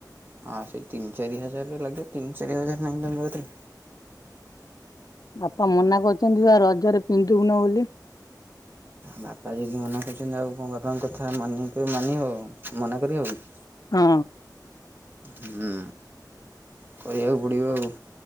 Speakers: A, on the right (about 30°); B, on the left (about 60°).
A: ହଁ ସେଇ ତିନି ଚାରି ହଜାର ରେ ଲାଗିବ ତିନି ଚାରି ହଜାର ନାହିଁ ତମ କତିରେ?
B: ବାପା ମନା କରୁଚନ୍ତି ବା ରଜରେ ପିନ୍ଧିବୁନୁ ବୋଲି।
A: ବାପା ଯଦି ମନା କରିଚନ୍ତି ଆଉ କଣ ବାପାଙ୍କ କଥା ମାନି କି ମାନି ହବ ମନା କରି ହବ କି?
B: ହଁ।
A: ହୁଁ। କରିଆକୁ ପଡ଼ିବ ଆଉ।